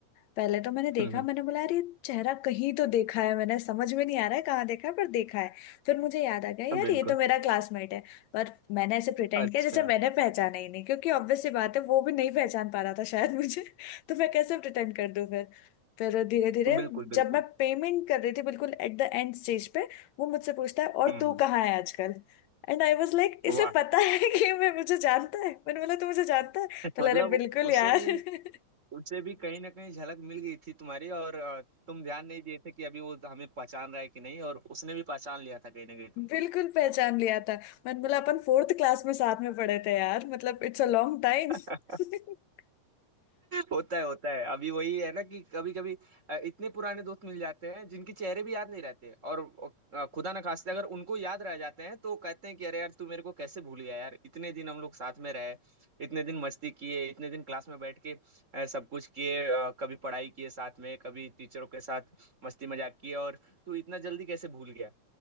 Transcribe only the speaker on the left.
पहले तो मैंने देखा
मैंने बोला अरे ये चेहरा कहीं तो देखा है मैंने समझ में नहीं आ रहा है कहाँ देखा है पर देखा है फिर मुझे याद आ गया यार
ये तो मेरा क्लासमेट है पर मैंने ऐसे प्रिटेंड
किया जैसे मैंने पहचाना ही नहीं क्योंकि ऑब्वियस सी बात है वो भी नहीं पहचान पा रहा था शायद मुझे <laughs> तो मैं कैसे प्रिटेंड कर दूं फिर फिर धीरे धीरे
जब मैं पेमेंट कर रही थी बिल्कुल एट द एंड स्टेज पे वो मुझसे पूछता है और
तू
कहाँ है आजकल एंड आई वॉज लाइक इसे
पता है कि मैं मुझे जानता है मैंने बोला तू मुझे जानता है
तो
बोला, अरे बिल्कुल
यार
<laughs>
बिल्कुल पहचान लिया था मैंने बोला अपन फोर्थ क्लास में साथ में पढ़े थे यार मतलब इट्स अ लॉन्ग टाइम
<laughs>